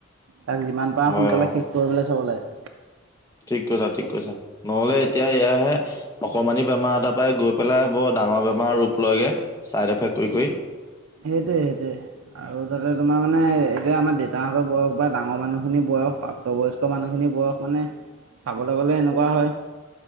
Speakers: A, on the right (about 80°); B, on the left (about 15°).
A: তাক যিমান পাৰা
B: হয়
A: সোনকালে
B: অ
A: শেষ কৰিবলৈ চাব লাগে।
B: ঠিক কৈছা -ঠিক কৈছা নহলে এতিয়া এয়াহে অকমানি বেমাৰ এটা পাই গৈ পেলাই বৰ ডাঙৰ বেমাৰ ৰূপ লয়গে চাইড এফেক্ট কৰি -কৰি।
A: সেইটোয়ে সেইটোয়ে আৰু তাতে তোমাৰ মানে এতিয়া আমাৰ দেউতাহঁতৰ বয়স বা ডাঙৰ মানুহ খিনি বয় স প্ৰাপ্তবয়স্ক মানুহখিনি বয়স মানে চাবলে গ'লে এনেকোৱা হয়